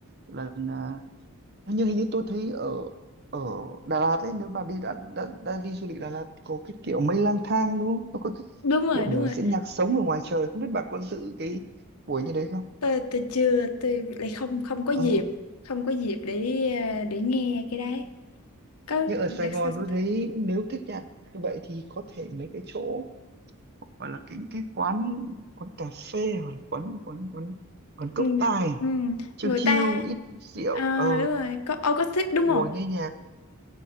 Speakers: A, on the right (about 45°); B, on the left (about 85°).
A: lần à, Hình như hình như tôi thấy ở ở Đà Lạt ấy nếu bà đi đã, đã, đã đi du lịch Đà Lạt có cái kiểu mây lang thang đúng không? Nó có cái
B: Đúng rồi,
A: kiểu biểu
B: đúng rồi.
A: diễn nhạc sống ở ngoài trời không biết bà có dự cái buổi như đấy không?
B: Tôi tôi chưa tôi lại không không có dịp,
A: Ờ.
B: không có dịp để ờ, để nghe cái đấy. Có
A: Nhưng ở
B: đặc
A: Sài Gòn
B: sao sao?
A: tôi thấy nếu thích nhạc như vậy thì có thể mấy cái chỗ gọi là cái cái quán quán cà phê hoặc là quán quán quán quán cốc
B: Ừ,
A: tài
B: ừ,
A: chill
B: người
A: chill
B: ta
A: ít rượu
B: Ờ,
A: ờ
B: đúng rồi, có ông có thích đúng
A: ngồi
B: không?
A: nghe nhạc